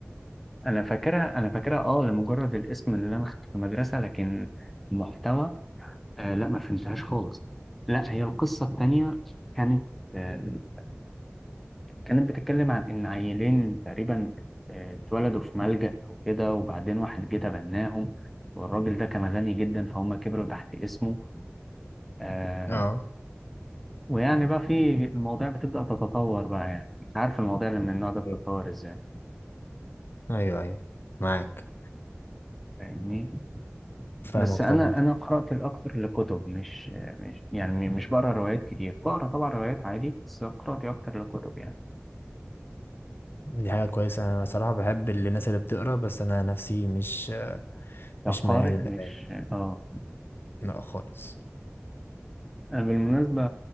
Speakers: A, in the centre; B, on the left (about 50°).
A: أنا فاكرها أنا فاكرها أه لمجرد الاسم اللي أنا خدته في المدرسة لكن المحتوى آه، لا ما فهمتهاش خالص لا هي القصة التانية كانت آه، كانت بتتكلم عن إن عيلين تقريبا آه، اتولدوا في ملجأ أو كده وبعدين واحد جه تبناهم والراجل ده كان غني جدا فهم كبروا تحت اسمه آه
B: اه
A: ويعني بقى في المواضيع بتبدأ تتطور بقى يعني مش عارف المواضيع اللي من النوع ده بتتطور
B: إيه.
A: ازاي
B: ايوه ايوه معاك
A: فاهمني
B: فاهمك
A: بس أنا
B: طبعا
A: أنا قرأت الأكثر لكتب مش مش يعني مش بقرأ روايات كتير بقرأ طبعا روايات عادي بس قراءتي أكتر لكتب يعني
B: دي حاجه كويسه انا بصراحه بحب الناس اللي بتقرا بس انا نفسي مش
A: كقارئ
B: مش ميال للقرايه
A: مش اه
B: لا خالص
A: بالمناسبة